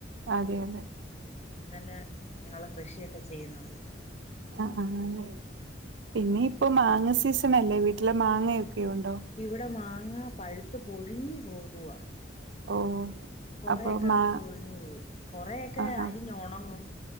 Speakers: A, on the right (about 75°); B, on the left (about 35°).
A: അതെ അതെ.
B: നല്ല ഇങ്ങനെയുള്ള കൃഷിയൊക്കെ ചെയ്യുന്നതല്ലേ
A: ആഹ് ആഹ് പിന്നെ ഇപ്പോ മാങ്ങ സീസൺ അല്ലേ വീട്ടില് മാങ്ങയൊക്കെ ഉണ്ടോ
B: ഇവിടെ മാങ്ങ പഴുത്ത് പൊഴിഞ്ഞു പോകുവാ
A: ഓ
B: കൊറെയൊക്കെ
A: അപ്പൊ മാ
B: അങ്ങ് പൊഴിഞ്ഞു പോവും കൊറയൊക്കെ
A: ആ ആ
B: അരിഞ്ഞ് ഒണങ്ങും